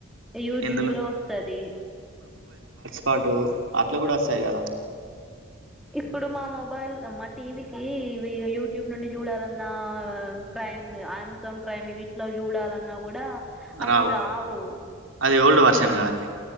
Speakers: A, in the centre; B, on the right (about 75°).
A: యూట్యూబ్
B: ఇందులో
A: గుడా ఒస్తదీ
B: పాటూ అట్ల గూడస్తయి గదా
A: ఇప్పుడు మా మొబైల్ మా టీవీకీ ఇవీ యూట్యూబ్ నుండి జూడాలన్నా ప్రై ప్రైమ్ అమెజాన్ ప్రైమ్ ఇవిట్లో జూడాలన్నా గూడా అవి
B: రావు
A: రావూ
B: అది ఓల్డ్ వర్షన్ కదండి